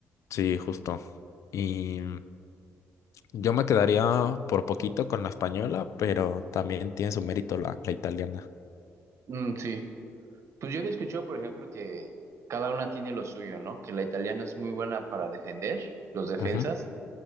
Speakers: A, on the left; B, on the right.
A: Sí, justo. Y yo me quedaría por poquito con la española, pero también tiene su mérito la, la italiana.
B: Mm, sí. Pues yo había escuchado, por ejemplo, que cada una tiene lo suyo, ¿no? Que la italiana es muy buena para defender, los defensas,
A: Ujú.